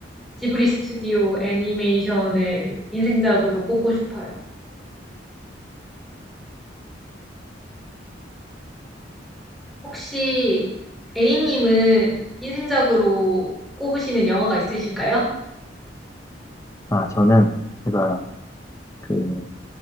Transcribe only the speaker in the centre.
지브리 스튜디오 애니메이션을 인생작으로 꼽고 싶어요. 혹시 A님은 인생작으로 꼽으시는 영화가 있으실까요?